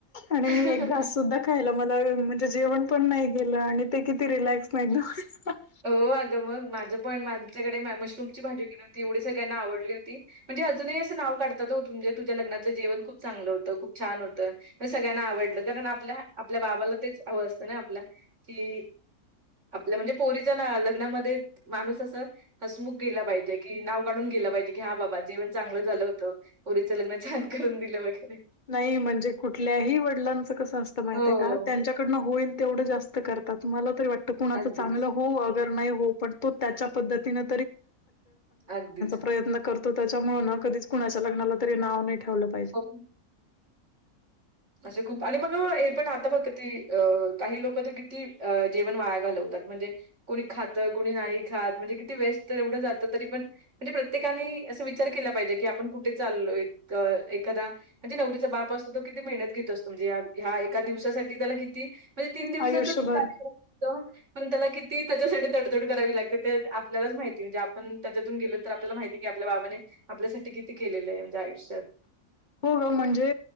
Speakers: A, on the left; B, on the right.
A: आणि मी
B: हां
A: एक घास <inaudible> ा खाय मला म्हणजे जेवण पण नाही गेलं आणि ते किती रिलॅक्स नाही <inaudible>
B: अ अगं मग माझं पण माझ्याकडे मशरूम ची भाजी केली होती एवढी सगळ्यांना आवडली होती <inaudible> म्हणजे अजूनही असं नाव काढतात हो तुजे तुझ्या लग्नाचलं जेव खूप चगलं होत खूप छान होतं <inaudible> म सगळ्यांना आवडलं कारण आपल्या आपल्या बाबाला तेच हवं असतं ना आपल्या कि <inaudible> <inaudible> आपलं म्हणजे पोरीचा ना लग्नामध्ये माणूस असं हसमुख गेला पाहिजे की नाव काढून गेला पाहिजे की हा बाबा जेवन चांगलं झालं होतं <inaudible> रीचं लग्न छान करून दिलं वगैरे <inaudible>
A: नाही म्हणजे कुठल्याही वडिलांचं कसं असतं माहित
B: हो,
A: आहे का त्यांच्याकडनं होईल तेवढ जास्त करतात मला तरी वाट कुणाच
B: अगदीच,
A: चांगलं हो त्या प चण्या
B: अगदीच.
A: प्रयन <inaudible> त्याच्या म कधीच कुणाच्या लग्नाला तरी नाव नाही ठेवलं पाहिजे.
B: हो <inaudible> असं खूप आणि मग हे पण आता फक्त ती अ काही लोक तर किती जेवण वाया घालवतात म्हणजे <inaudible> कोणी खातं कोणी नाही खात म्हणजे किती वेस्ट तर एवढं जात तरी पण <inaudible> म्हणजे प्रत्येकाने अस विचार केला पाहिजे की आपण कुठे चालो <inaudible> एादा म्हणजे नवरीचा बाप असतो तो किती मेहनत घेत असतो म्हणजे ह्या एका दिवसासाठी त्याला किती <inaudible> म्हणजे तीन दिवसातच
A: आयुष्यभर
B: कार्यक्रम होतो <inaudible> पण त्याला किती त्याच्यासाठी तडतोड करावी लागते ते आपल्यालाच माहिती म्हणजे आपण त्याच्यातून गेलो तर आपल्याला माहिती <inaudible> की आपल्या बाबाने <inaudible> आपल्यासाठी किती केलेलं आहे म्हणजे आयुष्यात
A: <inaudible> हो ग म्हणजे